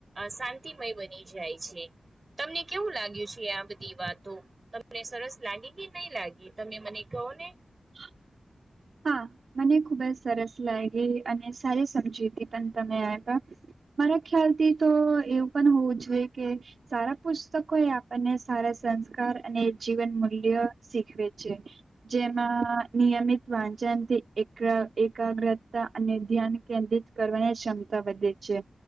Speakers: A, on the right; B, on the right.
A: શાંતિમય બની જાય છે. તમને કેવું લાગ્યું છે? આ બધી વાત. તો તમને સરસ લાગે કે નહીં લાગે તમે મને કહો ને?
B: <inaudible> હા, મને ખુબ જ સરસ લાગી અને સારી સમજી પણ તમે આ <inaudible> મારા ખ્યાલથી, તો એવું પણ હોવું જ કે સારા પુસ્તકો, એ આપણને સારા સંસ્કાર અને જીવન મૂલ્ય શીખ જેમાં નિયમિત વાંચનથી એક-એક <unintelligible> તા અને ધ્યાન કેન્દ્રિત કરવાની ક્ષમતા વધે છે,